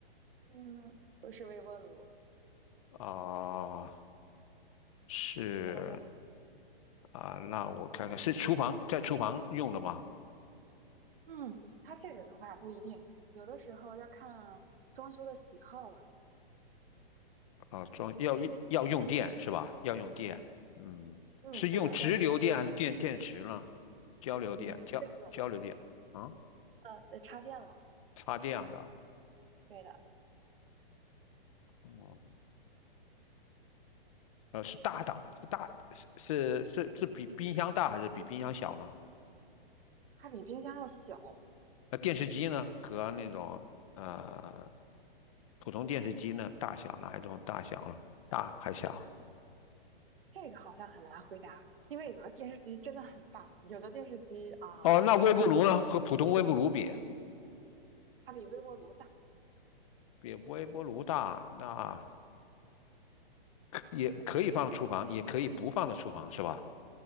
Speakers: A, on the right (about 65°); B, on the left (about 35°).
A: 嗯，不是微波炉，
B: 啊、是
A: 除了微波炉，
B: 啊，那我看看是厨房在厨房用的吗？
A: 嗯，它这个的话不一定，有的时候要看装修的喜好了。
B: 啊，装要要用电是吧？要用电，嗯，
A: 嗯，
B: 是用直流电还是电电池呢？
A: 对的，要用电。
B: 交流电，
A: 嗯，对对对，
B: 交交流电啊，
A: 呃，得插电了，
B: 插电的，
A: 对的，
B: 哦、呃，是大的，是大，是是是是比冰箱大还是比冰箱小呢？
A: 它比冰箱要小。
B: 那电视机呢？和那种呃普通电视机呢，大小哪一种大小呢？大还小？
A: 嗯这个好像很难回答，因为有的电视机真的很大，有的电视机啊、
B: 哦，那微波炉呢？
A: 会小，
B: 和普通微波炉比，
A: 它比微波炉大。
B: 比微波炉大，那也可以放厨房，也可以不放到厨房，是吧？